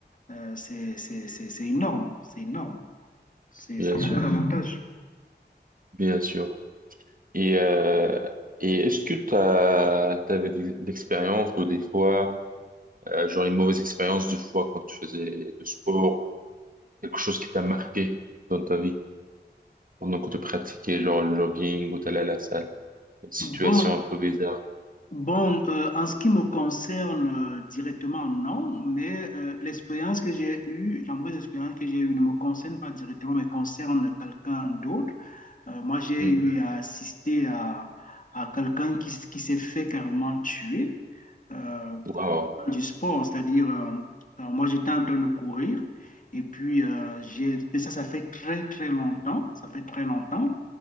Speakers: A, on the left; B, on the right.
A: euh, c'est c'est c'est c'est énorme, c'est énorme. C'est
B: bien
A: ça a
B: sûr,
A: beaucoup d'avantages.
B: bien sûr. Et, euh, et est-ce que tu avais des, des expériences, ou des fois, euh, genre une mauvaise expérience de fois quand tu faisais du sport, quelque chose qui t'a marqué dans ta vie pendant que tu pratiquais genre le jogging ou t'allais à la salle, une situation
A: Bon,
B: un peu bizarre.
A: Bon, euh, en ce qui me concerne euh, directement, non, mais euh, l'expérience que j'ai eue, la mauvaise expérience que j'ai eue ne me concerne pas directement, mais concerne quelqu'un d'autre. Euh, moi, j'ai
B: Mhm.
A: eu à assister à, à quelqu'un qui, s- qui s'est fait carrément tuer euh,
B: Wow.
A: faisant du sport, c'est-à-dire, euh, euh, moi, j'étais en train de courir et puis, euh, j'ai, mais ça, ça fait très, très longtemps, ça fait très longtemps